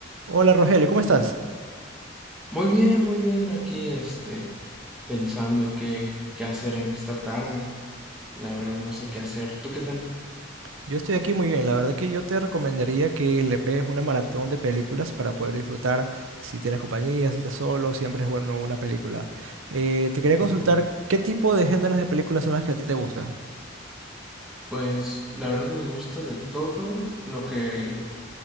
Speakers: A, on the right; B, in the centre.
A: Hola Rogelio, ¿cómo estás?
B: Muy bien, muy bien. Aquí, este, pensando qué, qué hacer en esta tarde. La verdad no sé qué hacer. ¿Tú qué tal?
A: Yo estoy aquí muy bien. La verdad que yo te recomendaría que le pegues una maratón de películas para poder disfrutar si tienes compañía, si estás solo, siempre es bueno una película. Eh, te quería
B: Mm.
A: consultar qué tipo de géneros de películas son las que a ti te gustan.
B: Pues la verdad me gusta de todo lo que